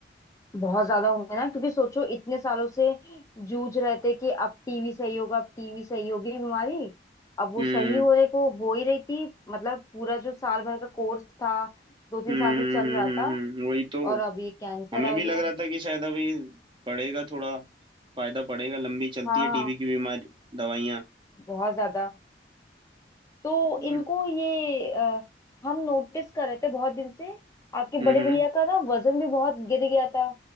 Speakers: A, on the left; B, on the right.
A: बहुत ज्यादा होंगे ना क्योंकि सोचो इतने सालों से जूझ रहे थे कि अब टीवी सही होगा अब टीवी सही होगी बीमारी अब वो
B: हम्म
A: सही होने को हो ही रही थी मतलब पूरा जो साल भर का कोर्स था दो तीन
B: हम्म
A: साल से
B: हम्म
A: चल रहा
B: हम्म,
A: था
B: हम्म, हम्म, वही तो
A: और अब ये कैंसर
B: हमें
A: आ
B: भी
A: गया
B: लग रहा था कि शायद अभी पड़ेगा थोड़ा फायदा पड़ेगा लंबी चलती
A: हाँ
B: है टीबी की बीमारी दवाइयाँ
A: बहुत ज्यादा तो
B: बट
A: इनको ये अ, हम नोटिस कर रहे थे बहुत दिन से आपके
B: हम्म
A: बड़े
B: हम्म,
A: भैया का ना वजन भी बहुत गिर गया था